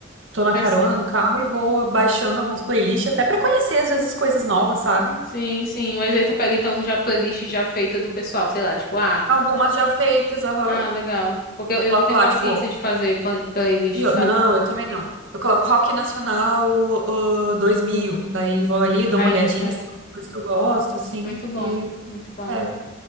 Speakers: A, on the right; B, on the left.
A: tô na
B: Mas,
A: carona, no carro, e vou baixando alguns playlists, até pra conhecer, às vezes, coisas novas, sabe?
B: sim, sim. Mas aí tu pega então já a playlist já feita do pessoal, sei lá, tipo, ah.
A: Algumas já feitas, aham.
B: Ah, legal. Porque eu, eu
A: Coloco
B: não tenho
A: lá,
B: paciência
A: tipo,
B: de fazer plan- playlist,
A: E eu-
B: sabe?
A: não, eu também não. Eu coloco Rock Nacional ah, 2000. daí vou ali, dou
B: Aí
A: uma olhadinha,
B: já pega.
A: se tem alguma coisa que eu gosto, assim,
B: Muito bom,
A: e
B: muito bom.
A: pego.